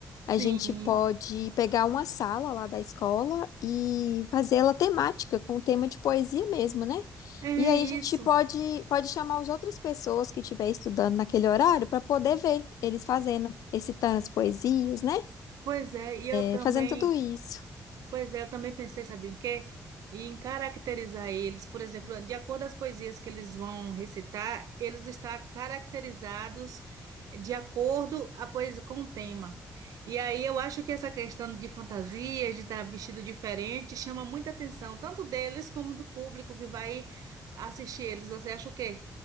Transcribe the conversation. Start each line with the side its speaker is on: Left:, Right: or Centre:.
Left: A
Right: Sim,
Left: gente pode pegar uma sala lá da escola e fazê-la temática, com tema de poesia mesmo, né?
Right: é
Left: E aí
Right: isso.
Left: a gente pode, pode chamar as outras pessoas que estiver estudando naquele horário para poder ver eles fazendo, recitando as poesias, né?
Right: Pois é, e eu também.
Left: É, fazendo tudo isso.
Right: Pois é, eu também pensei, sabe em quê? E em caracterizar eles, por exemplo, de acordo com as poesias que eles vão recitar, eles estão caracterizados de acordo a poesia com o tema. E aí eu acho que essa questão de fantasias, de estar vestido diferente, chama muita atenção, tanto deles como do público que vai assistir eles. Você acha o quê?